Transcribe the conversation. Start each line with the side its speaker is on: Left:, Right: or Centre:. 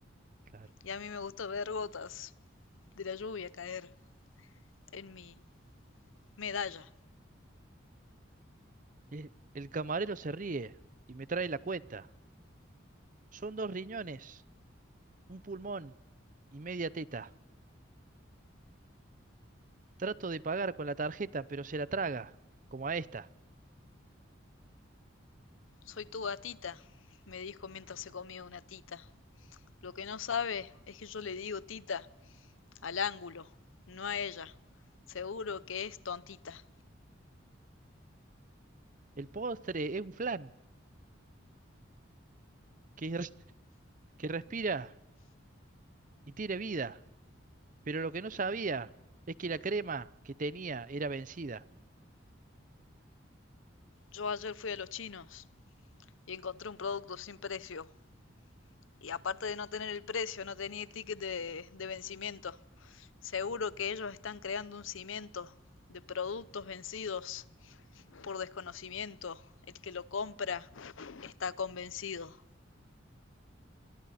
Right: Claro.
Left: Y a mí me gusta ver gotas de la lluvia caer en mi Medalla,
Right: El, el camarero se ríe y me trae la cuenta. Son dos riñones, un pulmón y media teta. Trato de pagar con la tarjeta, pero se la traga, como a esta.
Left: soy tu gatita, me dijo mientras se comía una tita. Lo que no sabe es que yo le digo tita al ángulo, no a ella. Seguro que es tontita.
Right: El postre es un flan que, res- que respira y tiene vida, pero lo que no sabía es que la crema que tenía era vencida.
Left: Yo ayer fui a los chinos y encontré un producto sin precio. Y aparte de no tener el precio, no tenía el ticket de, de vencimiento. Seguro que ellos están creando un cimiento de productos vencidos por desconocimiento. El que lo compra está convencido.